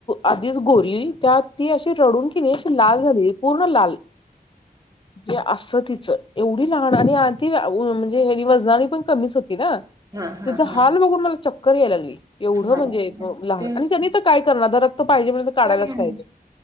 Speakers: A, on the left; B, on the right.
A: आधीच गोरी त्यात ती अशी रडून किनई अशी लाल झाली पूर्ण लाल. जे असत तिचं एवढी लहान आणि म्हणजे वजनाने पण कमीच हो त्तीन
B: हा हा
A: याचा
B: हा
A: हाल बघून मला चक्कर याय लागली. एवढं
B: झाले
A: म्हणजे लहान
B: तेच
A: आणि त्यांनी तर काय करणार रक्त पाहिजे म्हणलं तर काढायलाच
B: पर्याय
A: पाहिजे.